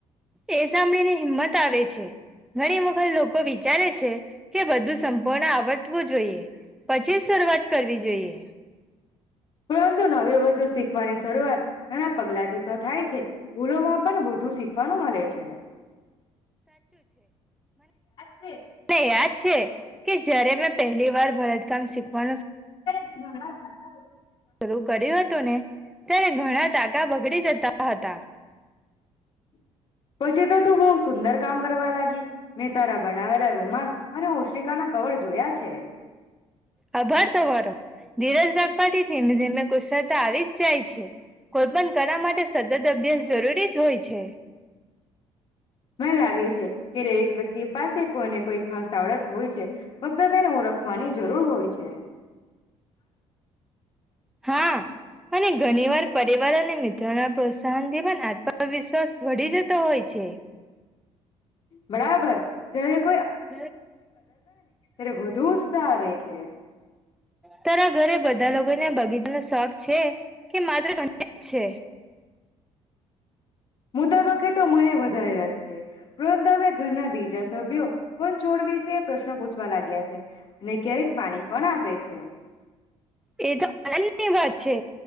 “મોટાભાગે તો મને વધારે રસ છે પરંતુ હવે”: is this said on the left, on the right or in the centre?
Left